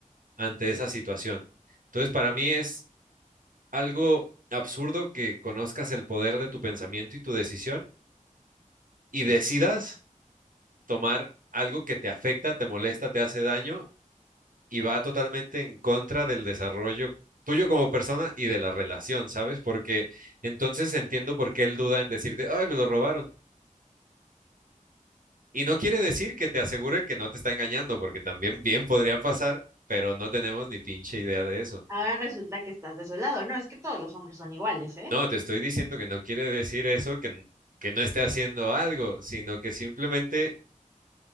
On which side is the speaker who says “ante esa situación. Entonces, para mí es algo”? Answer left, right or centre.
Right